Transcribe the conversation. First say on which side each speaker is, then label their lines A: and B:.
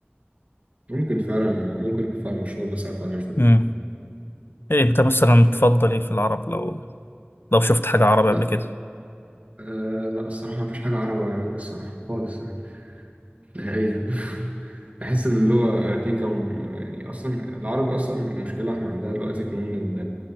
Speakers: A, on the right; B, on the left.
A: ممكن فعلا ممكن يكون فعلا مشهور بس أنا فعلا مش فاكر
B: أمم. ايه انت مثلا تفضل ايه في العرب لو لو شفت حاجة عربي
A: لا
B: قبل كده
A: آه لا الصراحة ما فيش حاجة عربي عجبتني الصراحة خالص يعني. نهائيا <laughs> بحس ان اللغه ركيكه وم- يعني اصلا العربي اصلا مشكله احنا عندنا دلوقتي كمان